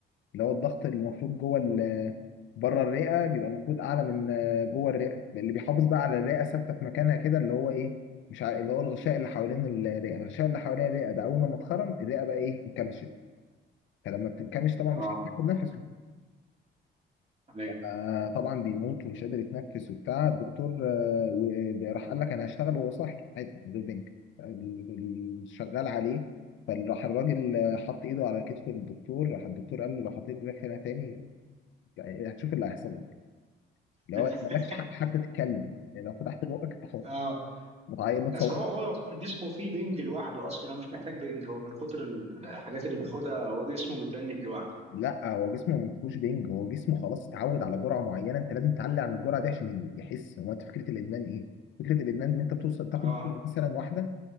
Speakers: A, on the left; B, on the right.
A: اللي هو الضغط اللي المفروض جوه ال... بره الرئه بيبقى المفروض اعلى من آه، جوه الرئه اللي بيحافظ بقى على الرئه ثابته في مكانها كده اللي هو ايه مش عارف اللي هو الغشاء اللي حوالين الرئه الغشاء اللي حوالين الرئه ده اول ما اتخرم الرئه بقى ايه انكمشت فلما بتنكمش طبعا مش
B: اه
A: هتاخد نفس
B: ايوه
A: آه طبعا بيموت ومش قادر يتنفس وبتاع الدكتور آه و- راح قال لك انا هشتغل وهو صاحي عادي من غير بنك ال- ال- شغال عليه فراح الراجل آه، حط ايده على كتف الدكتور راح الدكتور قال له لو حطيت ايدك هنا تاني يعني هتشوف اللي هيحصل لك لو
B: <laughs>
A: مالكش حق حتى تتكلم يعني لو فتحت بقك انت حر
B: اه
A: ما تعيط- ما تصوتش
B: بس هو هو يعتبر جسمه فيه بنج لوحده اصلا هو مش محتاج بنج هو من كتر الحاجات اللي بياخدها هو جسمه متبنج لوحده
A: لا هو جسمه ما فيهوش بنج هو جسمه خلاص اتعود على جرعه معينه انت لازم تعلي عن الجرعه دي عشان يحس هو انت فكره الادمان ايه؟ فكره الادمان ان انت بتوصل تاخد
B: اه
A: مثلا واحده